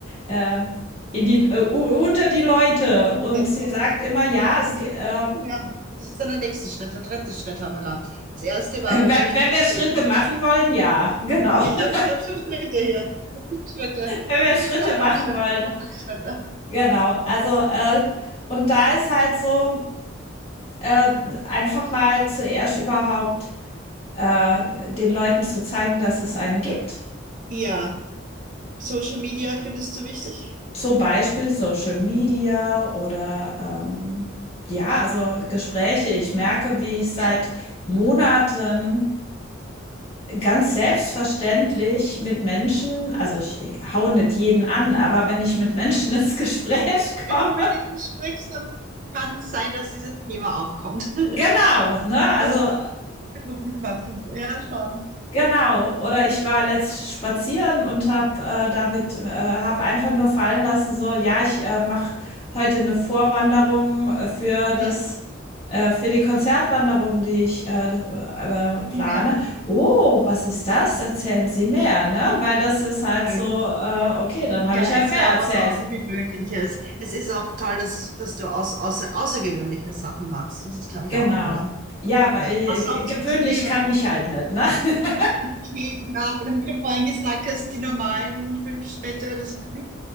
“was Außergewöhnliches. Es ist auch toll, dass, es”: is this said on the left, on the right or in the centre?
Right